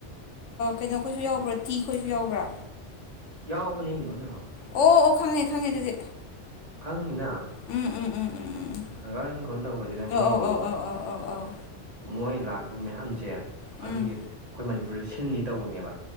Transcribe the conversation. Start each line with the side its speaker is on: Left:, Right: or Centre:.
Left: ꯀꯩꯅꯣꯈꯣꯏꯁꯨ ꯌꯥꯎꯕ꯭ꯔꯥ ꯇꯤ ꯈꯣꯏꯁꯨ ꯌꯥꯎꯕ꯭ꯔꯥ
Right: ꯌꯥꯎꯕꯅꯤ ꯂꯣꯏꯅ
Left: ꯑꯣ ꯑꯣ ꯈꯪꯉꯦ ꯈꯪꯉꯦ ꯑꯗꯨꯗꯤ
Right: ꯈꯪꯅꯤꯅ
Left: ꯎꯝ ꯎꯝ ꯎꯝ ꯎꯝ ꯎꯝ
Right: ꯅꯒꯥꯥꯡ ꯀꯣꯟ ꯇꯧꯕꯁꯤꯗ
Left: ꯑꯧ
Right: ꯃꯣꯏꯒꯤꯗꯑꯣ
Left: ꯑꯧ ꯑꯧ ꯑꯧ ꯑꯧ ꯑꯧ ꯑꯧ
Right: ꯃꯣꯏ ꯂꯥꯛꯈꯤꯕ ꯃꯌꯥꯝꯁꯦ
Left: ꯎꯝ
Right: ꯑꯗꯨꯒꯤ ꯑꯩꯈꯣꯏ ꯃꯅꯤꯄꯨꯔꯗ ꯁꯤꯟꯅꯤ ꯇꯧꯕꯅꯦꯕ